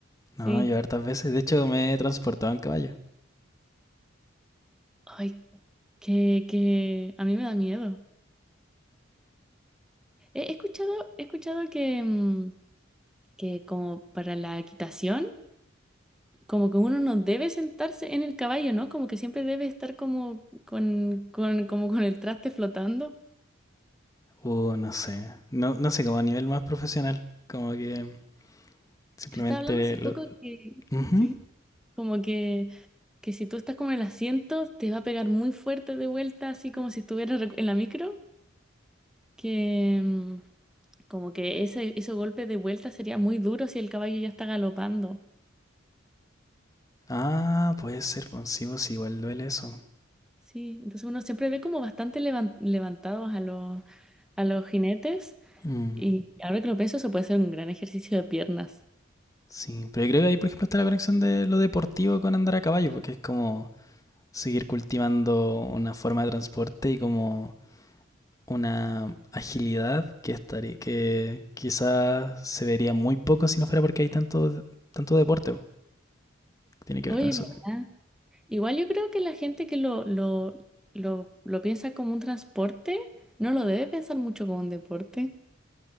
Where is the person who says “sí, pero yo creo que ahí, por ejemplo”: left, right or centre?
Left